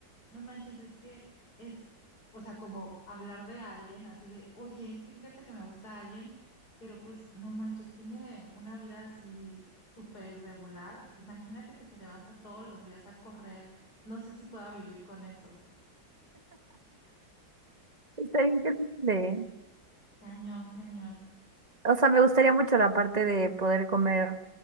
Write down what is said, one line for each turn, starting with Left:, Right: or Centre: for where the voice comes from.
Left: no manches, es que es, o sea, como hablar de alguien, así de, oye, es que fíjate que me gusta alguien, pero pues no manches, tiene una vida así súper irregular. Imagínate que se levanta todos los días a correr. No sé si pueda vivir con eso.
Right: Estaría increíble.
Left: Cañón, cañón.
Right: O sea, me gustaría mucho la parte de poder comer